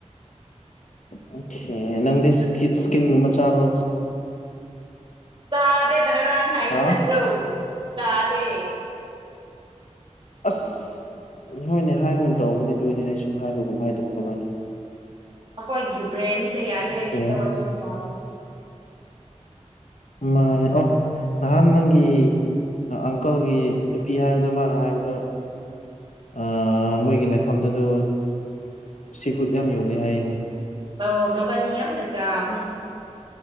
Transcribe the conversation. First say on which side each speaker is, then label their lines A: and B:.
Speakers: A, on the left; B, on the right.
A: ꯑꯣꯀꯦ ꯅꯪꯗꯤ ꯏꯁꯀꯤꯟꯒꯨꯝꯕ ꯆꯥꯕ꯭ꯔꯣ
B: ꯆꯥꯗꯦꯅ ꯉꯥꯔꯥꯛ‌ ꯍꯥꯏꯕ
A: ꯍꯥ
B: ꯅꯠꯇ꯭ꯔꯣ ꯆꯥꯗꯦ
A: ꯑꯁ ꯍꯣꯏꯅꯦ ꯍꯥꯏꯕꯒꯨꯝ‌ ꯇꯧꯕꯅꯦ ꯑꯗꯨ ꯑꯗꯨꯒꯤꯅꯤꯅꯦ ꯑꯩꯁꯨ ꯍꯥꯏꯕꯒꯨꯝ ꯍꯥꯏꯗꯕꯒꯨꯝ ꯀꯃꯥꯏꯅ
B: ꯑꯩꯈꯣꯏꯒꯤ ꯕ꯭ꯔꯦꯟꯁꯦ ꯌꯥꯗ꯭ꯔꯦ
A: ꯁꯦ
B: ꯁꯤꯗ ꯋꯥꯔꯤ ꯁꯅꯕꯁꯦ
A: ꯃꯥꯅꯦ ꯑꯣ ꯅꯍꯥꯟ ꯅꯪꯒꯤ ꯑꯪꯀꯜꯒꯤ ꯅꯨꯄꯤ ꯍꯥꯏꯕꯗꯣ ꯃꯥꯅ ꯍꯥꯏꯕꯗꯣ ꯑꯥ ꯃꯣꯏꯒꯤ ꯂꯩꯐꯝꯗꯨꯗ ꯁꯤ ꯐꯨꯗ ꯌꯥꯝ ꯌꯣꯜꯂꯤ ꯍꯥꯏꯅꯤ
B: ꯑꯧ ꯃꯕꯅꯤ ꯌꯥꯝ ꯀꯥꯕꯅꯦ